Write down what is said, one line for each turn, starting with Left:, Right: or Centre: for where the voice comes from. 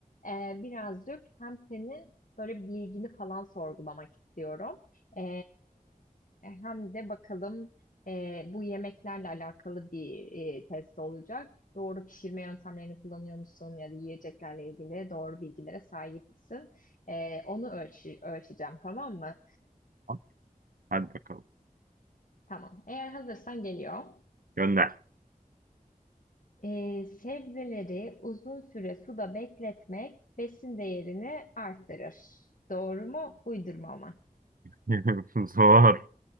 Left: e, birazcık hem senin böyle bilgini falan sorgulamak istiyorum. E, hem de bakalım e, bu yemeklerle alakalı bir e, test olacak. Doğru pişirme yöntemlerini kullanıyor musun ya da yiyeceklerle ilgili doğru bilgilere sahip misin? E, onu ölçü- ölçeceğim tamam mı?
Right: Tamam, Hadi bakalım.
Left: Tamam. Eğer hazırsan geliyor.
Right: Gönder.
Left: Ee, sebzeleri uzun süre suda bekletmek besin değerini arttırır. Doğru mu? Uydurma mı?
Right: <laughs> Zor.